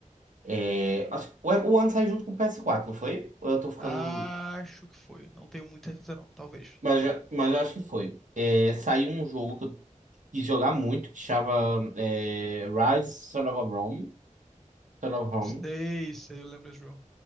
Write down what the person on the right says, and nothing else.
é, acho que o, o One saiu junto com o PS4, não foi? Ou eu tô ficando,
mas eu- mas eu acho que foi. É, saiu um jogo que eu quis jogar muito que chama é, Rise Son of a Rome, Son of Rome.